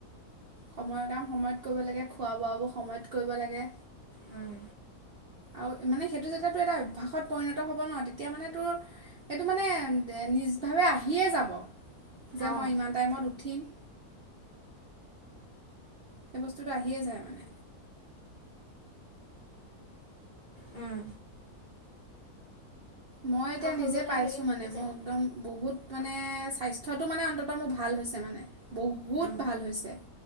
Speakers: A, on the right (about 55°); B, on the left (about 40°).
A: সময়ৰ কাম সময়ত কৰিব লাগে, খোৱা বোৱাবোৰ সময়ত কৰিব লাগে।
B: উম।
A: আৰু, মানে সেইটো যেতিয়া তোৰ এটা অভ্যাসত পৰিণত হ'ব ন তেতিয়া মানে তোৰ এইটো মানে নিজভাৱে আহিয়ে যাব। যে,
B: অঁ
A: মই ইমান টাইমত উঠিম। সেই বস্তুটো আহিয়ে যায় মানে।
B: উম।
A: মই এতিয়া
B: হৈ
A: নিজে
B: গ'লে
A: পাইছোঁ
B: হেৰি হৈ
A: মানে,
B: যায়
A: মোৰ একদম বহুত। মানে স্বাস্থ্যটো মানে অন্তত মোৰ ভাল হৈছে মানে। বহুত
B: অঁ
A: ভাল হৈছে,